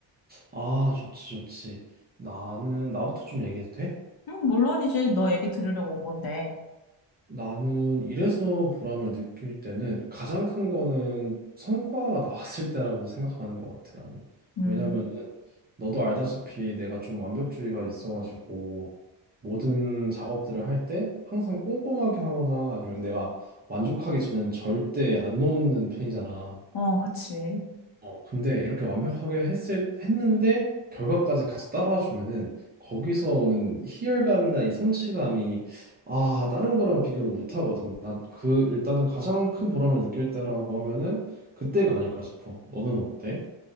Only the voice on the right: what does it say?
아, 좋지, 좋지. 나는 나부터 좀 얘기해도 돼?
나는 이래서 보람을 느낄 때는 가장 큰 거는 성과가 나왔을 때라고 생각하는 것 같아, 나는.
왜냐면은 너도 알다시피 내가 좀 완벽주의가 있어가지고 모든 작업들을 할 때 항상 꼼꼼하게 하거나 아니면 내가 만족하기 전에는 절대 안 놓는 편이잖아.
어, 근데 이렇게 완벽하게 했을 했는데 결과까지 같이 따라와 주면은 거기서 오는 희열감이나 이 성취감이 아 다른 거랑 비교를 못 하거든. 난 그 일단은 가장 큰 보람을 느낄 때라고 하면은 그때가 아닐까 싶어. 너는 어때?